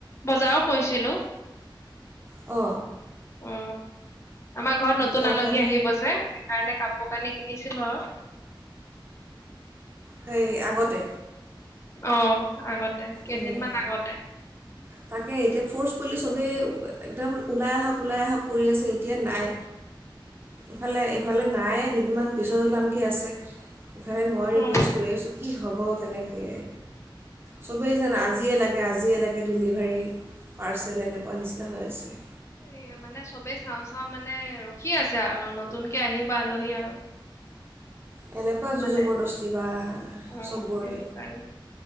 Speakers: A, on the left; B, on the right.
A: বজাৰো কৈছিলো।
B: অ।
A: অ আমাৰ ঘৰত নতুন
B: তাক
A: আলহী
B: তাক
A: আহিব যে, সেইকাৰণে কাপোৰ কানি কিনিছিলো আৰু।
B: সেই আগতে
A: অ আগতে কেইদিনমান
B: উম,
A: আগতে।
B: তাকে এতিয়া ফ'ৰ্চ বুলি চবেই একদম ওলাই আহক, ওলাই আহক, কৰি আছে এতিয়া নাই। ইফালে ইফালে নাই দুদিনমান পিছত ওলাম কে আছে। <unintelligible> মই ৰিকুৱেষ্ট
A: অ
B: কৰি আছো কি হ'ব তেনেকে, চবেই জেন আজিয়ে লাগে আজিয়ে লাগে। ডেলিভাৰী পাৰ্চেল এনেকুৱা নিচিনা হৈ আছে।
A: এই মানে চবেই চাওঁ চাওঁ মানে ৰখি আছে আৰু নতুনকে আহিব আলহী আৰু।
B: এনেকুৱা জোৰ
A: মানে
B: জবৰদস্তি
A: অ'
B: বা চববোৰে
A: সেইটো কাৰণে,